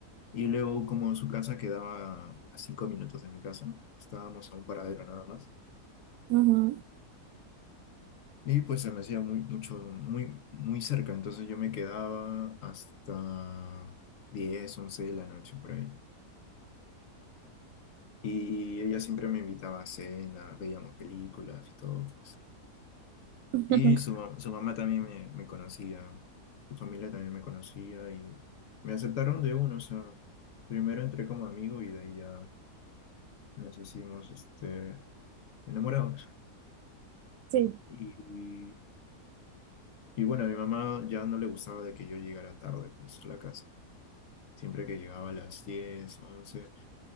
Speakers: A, on the left (about 65°); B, on the right (about 85°).
A: Y luego como su casa quedaba a cinco minutos de mi casa, estábamos a un paradero nada más.
B: Ujú.
A: Y pues se me hacía muy, mucho, muy, muy cerca, entonces yo me quedaba hasta 10 11 de la noche por ahí. Y ella siempre me invitaba a cena, veíamos películas y todo, pues.
B: <laughs>
A: Y su, ma- su mamá también me, me conocía, su familia también me conocía y me aceptaron de uno, o sea, primero entré como amigo y de ahí ya nos hicimos este, enamorados.
B: Sí,
A: Y, y bueno, a mi mamá ya no le gustaba de que yo llegara tarde, pues, a la casa. Siempre que llegaba a las 10 11